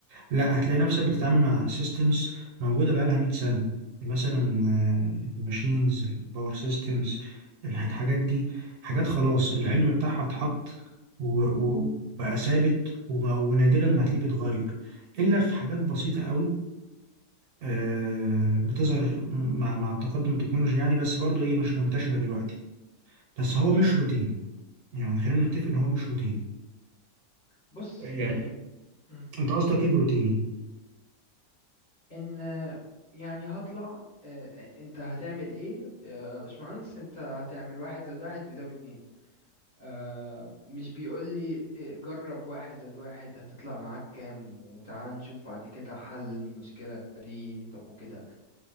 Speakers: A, on the right; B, on the left.
A: لا هتلاقي نفسك بتتعامل مع سيستمز موجوده بقالها 100 سنه مثلا آه، الماشينز الباور سيستمز الحاجات دي حاجات خلاص العلم بتاعها اتحط و- و- وبقى ثابت وما- ونادرا ما هتلاقيه بيتغير الا في حاجات بسيطه قوي آه، بتظهر مع مع التقدم التكنولوجي يعني بس برضو ايه مش منتشره دلوقتي بس هو مش روتيني يعني خلينا
B: <laughs>
A: نتفق ان هو مش روتيني
B: بص
A: يعني
B: يعني مم.
A: انت قصدك ايه بروتيني
B: ان يعني هطلع آه، آه، انت هتعمل ايه يا باشمهندس انت هتعمل واحد زائد واحد بيساوي اتنين آه مش بيقول لي إيه، جرب واحد زائد واحد هتطلع معاك كام وتعالى نشوف بعد كده حل المشكلة دي طب وكده